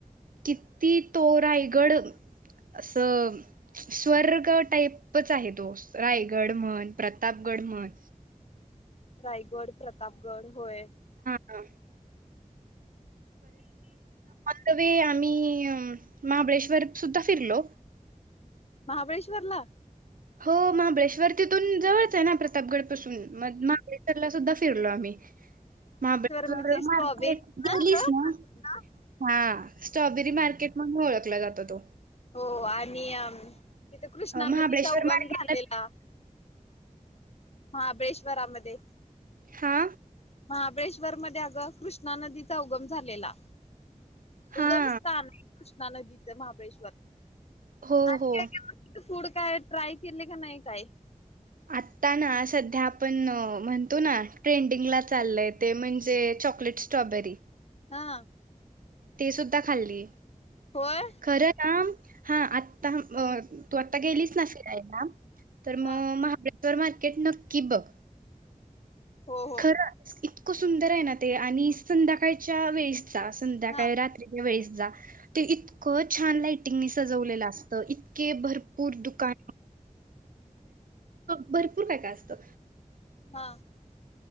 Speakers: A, on the right; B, on the left.
A: कित कि ती तो रायगड असं स्वर्ग टाईपच आहे तो रायगड म्हण प्रतापगड म्हण
B: रायगड, प्रतापगड. होय.
A: हा तरी आम्ही महाबळेश्वर सुद्धा फिरलो.
B: महाबळेश्वरला?
A: हो महाबळेश्वर तिथून जवळच आहे ना प्रतापगड पासुन, मग महाबळेश्वरला सुद्धा फिरलो आम्ही. महाबळेश्वर
B: म्हणजे स्ट्रॉबेरी
A: मार्केट
B: हा
A: गेलीस ना, हा स्ट्रॉबेरी मार्केट म्हणून ओळखला जातो तो.
B: हो आणि तिथं कृष्णा
A: महाबळेश्वर
B: नदीचा उगम
A: मार्केटला
B: झालेला महाबळेश्वरामध्ये
A: हा
B: महाबळेश्वरमध्ये अगं कृष्णा नदीचा उगम झालेला.
A: हा
B: उगमस्थान <inaudible> कृष्णा नदीचं महाबळेश्वर.
A: हो
B: आणि
A: हो
B: काय काय बघितलं फूड काय ट्राय केले का नाही काय?
A: आता ना सध्या आपण म्हणतो ना ट्रेंडिंगला चाललंय ते म्हणजे चॉकलेट स्ट्रॉबेरी.
B: हा
A: ते सुद्धा खाल्ली.
B: होय
A: खरं ना हां आत्ता अ तू आत्ता गेलीस ना फिरायला, तर
B: हा
A: मग महाबळे तर मार्केट नक्की बघ.
B: हो हो
A: खरंच इत इतकं सुंदर आहे ना ते आणि संध्याकाळच्या वेळेस जा संध्याकाळी
B: हा
A: रात्रीच्या वेळीस जा ते इतकं छान लायटिंगनीं सजवलेलं असतं इ के भरपूर दुकान <inaudible> भरपूर काय काय असतं.
B: हा!